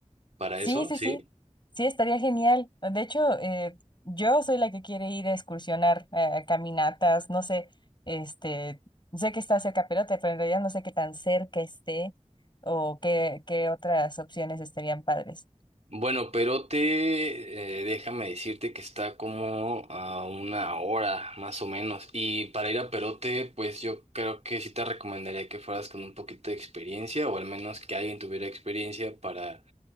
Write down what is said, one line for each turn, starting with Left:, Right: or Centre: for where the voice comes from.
Right: para
Left: Sí,
Right: eso,
Left: sí,
Right: ¿sí?
Left: sí, sí, estaría genial. De hecho, eh, yo soy la que quiere ir a excursionar, eh, a caminatas, no sé, este, sé que está cerca Perote, pero en realidad no sé qué tan cerca esté o qué, qué otras opciones estarían padres.
Right: Bueno, Perote, eh, déjame decirte que está como a una hora más o menos. Y para ir a Perote, pues yo creo que sí te recomendaría que fueras con un poquito de experiencia o al menos que alguien tuviera experiencia para,